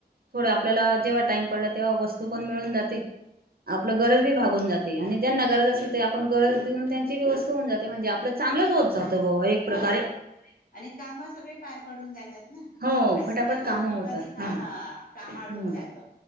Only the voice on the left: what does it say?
हा आणि काम सगळे पार पडून जातात ना.
असं
नाही होती
बि ते का
काम
आडून जात.